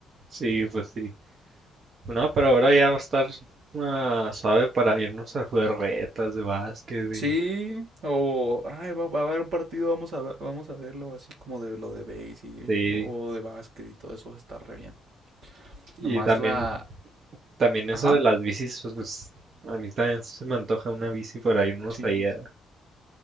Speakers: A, on the right (about 50°); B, on the right (about 80°).
A: sí, pues sí. No, pero ahora ya va a estar ah, suave para irnos a jugar retas de básquet y,
B: Sí, o ay, va, va a haber un partido, vamos a, vamos a verlo así como de lo de base y-
A: sí.
B: o de básquet y todo eso va a estar re bien.
A: Y
B: Nomás
A: también,
B: la...
A: también eso
B: Ajá.
A: de las bicis, pues, pues, a mí también se me antoja una bici para irnos
B: Sí.
A: ahí a